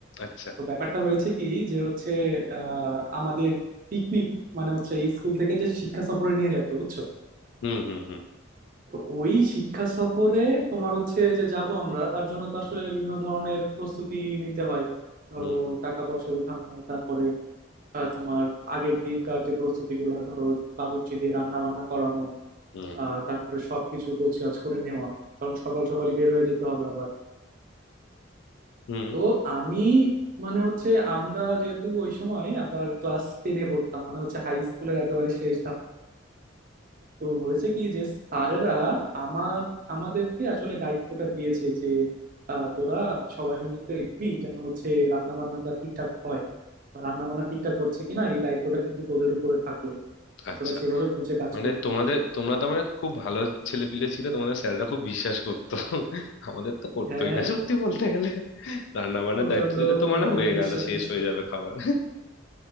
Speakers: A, on the left; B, on the right.
A: আচ্ছা
B: তো ব্যাপারটা হয়েছে কি যে হচ্ছে আহ আমাদের পিকনিক মানে হচ্ছে স্কুল থেকে যে শিক্ষা সফরে নিয়ে যেত বুঝছো
A: হুম হুম হুম
B: তো ওই শিক্ষা সফরে তোমার হচ্ছে যে যাব আমরা তার জন্য তো আসলে বিভিন্ন ধরনের প্রস্তুতি নিতে হয় ধরো
A: হুম
B: টাকা পয়সা উঠানো তারপরে আহ, তোমার আগের দিনকার যে প্রস্তুতি গুলো ধরো বাবুর্চি দিয়ে রান্না বান্না করানো
A: হুম
B: আহ, তারপরে সবকিছু গোছগাছ করে নেওয়া কারণ সকাল সকালই বের হয়ে যেতে হবে আবার
A: হুম
B: তো আমি মানে হচ্ছে আমরা যেহেতু ওই সময় আবার ক্লাস টেনে পড়তাম মানে হচ্ছে হাই স্কুলের একেবারে শেষ ধাপ তো হয়েছে কি যে স্যারেরা আমার আমাদেরকে আসলে দায়িত্বটা দিয়েছে যে আহ, তোরা সবাই মিলে দেখবি যেন হচ্ছে রান্না বান্নাটা ঠিকঠাক হয় বা রান্না বান্না ঠিকঠাক হচ্ছে কিনা এই দায়িত্বটা কিন্তু তোদের উপরে থাকলো
A: আচ্ছা
B: তোরা সেভাবে বুঝে কাজ
A: মানে
B: করবি
A: তোমাদের তোমরা তো মানে খুব ভালো ছেলেপিলে ছিল তোমাদের স্যাররা খুব বিশ্বাস করতো আমাদের তো করতোই
B: হ্যাঁ হ্যাঁ
A: না সত্যি বলতে গেলে রান্না বান্নার
B: প্রচন্ড
A: দায়িত্ব দিলে তো
B: লেভেলের
A: মানে হয়ে
B: বিশ্বাস
A: গেল শেষ
B: করছে
A: হয়ে যাবে খাবার